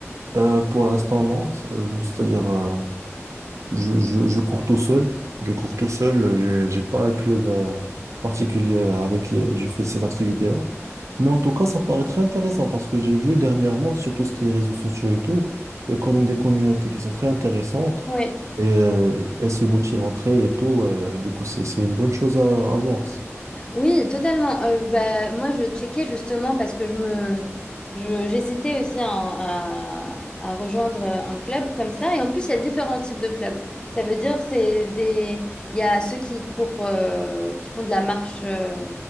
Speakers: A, on the right; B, on the left.
A: euh, pour l'instant, non. Euh, C'est-à-dire, euh, Je, je, je cours tout seul. Je cours tout seul. J'ai, j'ai pas un club euh, particulier euh, avec qui je fais ces activités-là. Mais en tout cas, ça paraît très intéressant parce que j'ai vu dernièrement, sur tout ce qui est réseaux sociaux et tout, il y a quand même des communautés qui sont très intéressantes
B: Oui.
A: et euh, elles se motivent entre elles et tout. euh, du coup, c'est, c'est une bonne chose à, à voir.
B: Oui, totalement. Euh, bah, moi, je checkais justement parce que je me, je- j'hésitais aussi à, à- à rejoindre un club comme ça. Et en plus, il y a différents types de clubs. Ça veut dire c'est des, il y a ceux qui courent, euh, qui font de la marche euh,